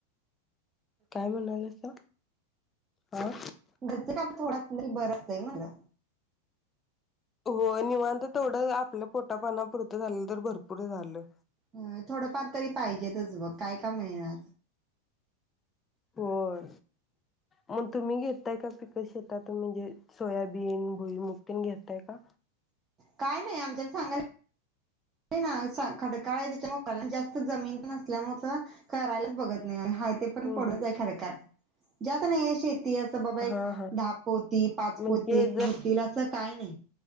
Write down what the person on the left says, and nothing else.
काय म्हणालासा? हां
होय निवांत तेवढं आपल्या पोटापाण्यापुरतं झालं तर भरपूर झाले
होय मग तुम्ही घेताय का पीक शेतातून म्हणजे सोयाबीन भुईमुग तेन घेतय का?
हम्म
हम्म.
हा हा
म्हणजे